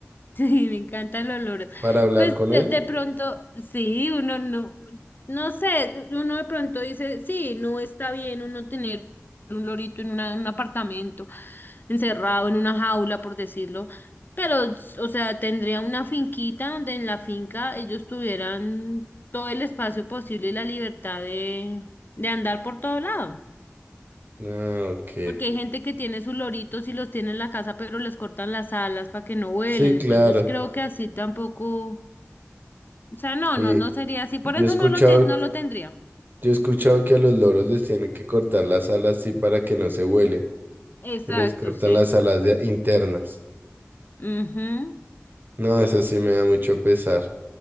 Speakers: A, on the left; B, on the right.
A: Sí, me encantan los loros.
B: ¿Para hablar
A: Pues
B: con
A: de,
B: él?
A: de pronto, sí, uno no, no sé, uno de pronto dice, sí, no está bien uno tener un lorito en una- en un apartamento, encerrado en una jaula, por decirlo, pero, o sea, tendría una finquita donde en la finca ellos tuvieran todo el espacio posible y la libertad de, de andar por todo lado.
B: Ah, ok.
A: Porque hay gente que tiene sus loritos y los tiene en la casa, pero les cortan las alas para que no vuelen.
B: Sí,
A: Entonces
B: claro.
A: creo que así tampoco, o sea, no,
B: Y
A: no, no sería así. Por
B: yo
A: eso
B: he escuchado,
A: no lo ten- no lo tendría.
B: yo he escuchado que a los loros les tienen que cortar las alas así para que no se vuelen,
A: Exacto,
B: que les cortan
A: sí.
B: las alas de- internas.
A: Ujú.
B: No, eso sí me da mucho pesar.